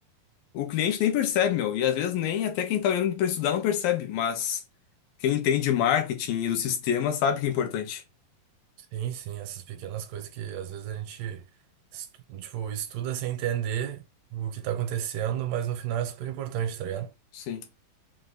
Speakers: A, on the left; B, on the right.
A: o cliente nem percebe, meu. E às vezes nem até quem tá olhando pra estudar não percebe, mas quem entende marketing e do sistema sabe que é importante.
B: Sim, sim, essas pequenas coisas que às vezes a gente estu- tipo, estuda sem entender o que tá acontecendo, mas no final é super importante, tá ligado?
A: Sim.